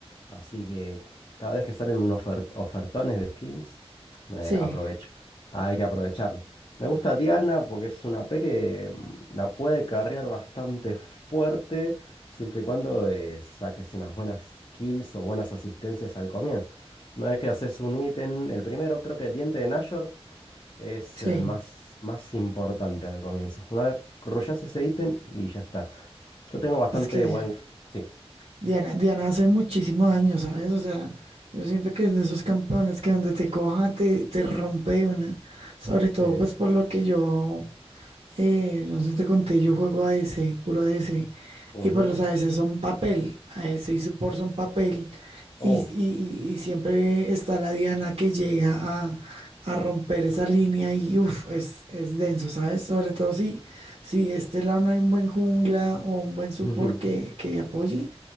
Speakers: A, on the left (about 45°); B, on the right (about 70°).
A: Así que cada vez que salen unos ofer- ofertones de skins, me
B: sí,
A: aprovecho. Hay que aprovecharlo. Me gusta Diana porque es una P que mm, la puede carrear bastante fuerte. Siempre y cuando eh, saques unas buenas kills o buenas asistencias al comienzo. Una vez que haces un ítem, el primero, creo que Diente de Nashor es
B: sí.
A: el más, más importante al comienzo. Una vez rushas ese ítem y ya está. Yo tengo bastante
B: Es que
A: buen... Sí.
B: Diana, Diana hace muchísimo daño, ¿sabes? O sea, yo siento que es de esos campeones que donde te coja te, te rompe de una. Sobre todo,
A: Sí.
B: pues por lo que yo Eh, no sé si te conté, yo juego a D C puro a D C
A: Ujú.
B: y pues los a D C son papel, a D C y support son papel,
A: Oh.
B: y, y- y- y siempre está la Diana que llega a, a romper esa línea y uff, es, es denso, ¿sabes? Sobre todo si, si de este lado no hay un buen jungla o un buen support
A: <laughs>
B: que, que apoye,